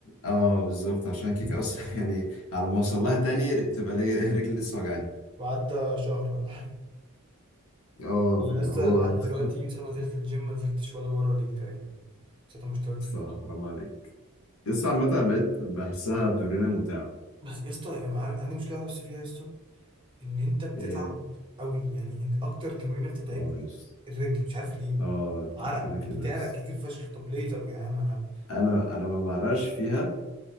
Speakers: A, on the left; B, on the right.
A: اه بالظبط عشان كيك اصلا <laughs> يعني على ما اوصل لها تاني بتبقى ليه رجلي لسه وجعاني
B: وعدى شهر ولا حاجة
A: اه
B: مم.
A: فاللي
B: لسه
A: هو
B: لحد دلوقتي
A: <laughs>
B: من ساعة ما نزلت الجيم ما نزلتش ولا مرة ليك تقريبا من ساعة ما اشتركت
A: الصراحة
B: في الجيم
A: حرام عليك لسه عامة أنا بقيت بحسها تمرينة ممتعة
B: بس يا اسطى أنا عن- عندي مشكله واحده بس فيها يا اسطى ان انت بتتعب
A: ايه
B: قوي يعني انت اكتر تمرينه بتتعبني
A: اه يس
B: الرجل مش عارف ليه
A: اه
B: عرق
A: ك- كده
B: بتعرق
A: كده يس
B: كتير فشخ طب ليه طب يا جدعان ما انا
A: انا انا ما بعرقش فيها